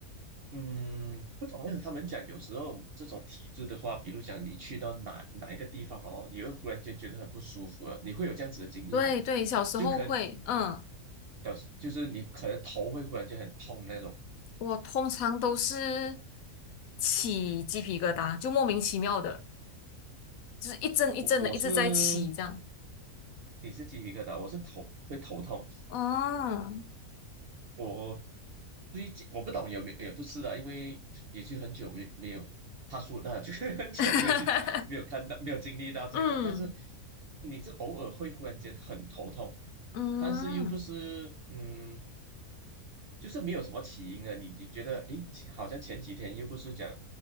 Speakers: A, on the right; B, on the left.
A: 嗯，不懂为什么他们讲有时候这种体质的话，比如讲你去到哪哪一个地方哦，你会忽然间觉得很不舒服了，你会有这样子的经历吗？
B: 对对，小时候会，
A: 就可能
B: 嗯，
A: 表示就是你可能头会忽然间很痛那种。
B: 我通常都是起鸡皮疙瘩，就莫名其妙的，就是一阵一阵的一直在起这样。
A: 我我是你是鸡皮疙瘩，我是头会头痛。
B: 哦，
A: 我最近我不懂有没有，也不是的，因为也是很久没没有他说那，就是很久没有去没有看到没有经历到这种，
B: <laughs> 嗯
A: 但是你是偶尔会忽然间很头痛，
B: 嗯
A: 但是又不是嗯，就是没有什么起因的，你你觉得诶，好像前几天又不是讲